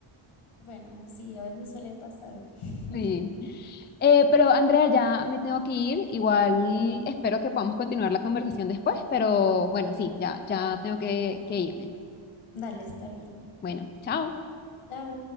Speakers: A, on the left (about 80°); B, on the left (about 25°).
A: Bueno, sí, a veces suele pasar. <laughs>
B: Sí. Eh, pero Andrea, ya me tengo que ir. Igual espero que podamos continuar la conversación después, pero bueno, sí, ya, ya tengo que, que irme.
A: Dale, está bien.
B: Bueno, chao.
A: Chao.